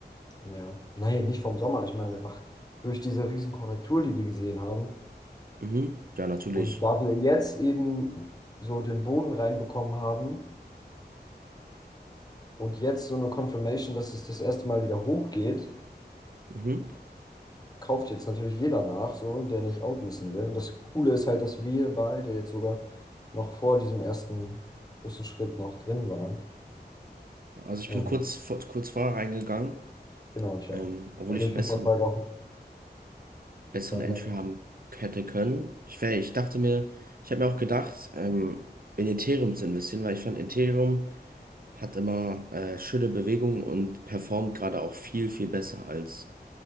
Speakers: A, on the left (about 20°); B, on the right (about 55°).
A: ja, nein, nicht vom Sommer. Ich meine einfach durch diese riesen Korrektur die wir gesehen haben.
B: Mhm. Ja, natürlich.
A: Und da wir jetzt eben so den Boden reinbekommen haben und jetzt so eine Confirmation, dass es das erste Mal wieder hochgeht,
B: Mhm.
A: kauft jetzt natürlich jeder nach, so, der nicht outmissen will. Und das Coole ist halt, dass wir beide jetzt sogar noch vor diesem ersten großen Schritt noch drin waren.
B: Also ich
A: Ähm,
B: bin kurz, vor- kurz vorher reingegangen,
A: Genau, ich
B: ähm,
A: auch.
B: obwohl
A: Also
B: ich
A: ich
B: einen
A: bin
B: besseren,
A: vor zwei Wochen,
B: besseren
A: zwei,
B: Entry
A: drei Wochen.
B: haben hätte können. Ich, wär, ich dachte mir, ich habe mir auch gedacht, ähm, in Ethereum zu investieren, weil ich fand Ethereum hat immer äh, schöne Bewegungen und performt gerade auch viel, viel besser als